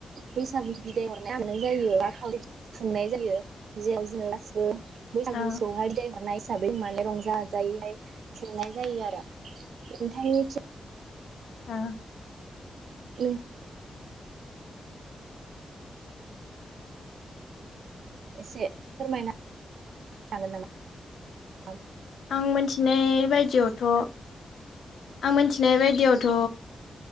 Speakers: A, on the right; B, on the left.
A: बैसागु बिदाय हरनाय हाबनाय जायो बा खावै खुंनाय जायो <inaudible> बैसागुआवहाय
B: अ
A: बिदायहरनाय हिसाबै माने रंजा बाजायैहाय खुंनाय जायो आरो नोंथांनि
B: औ।
A: <inaudible> एसे फोरमायना हागोन नामा
B: आं मिथिनाय बायदियावथ' आं मिथिनाय बायदियावथ'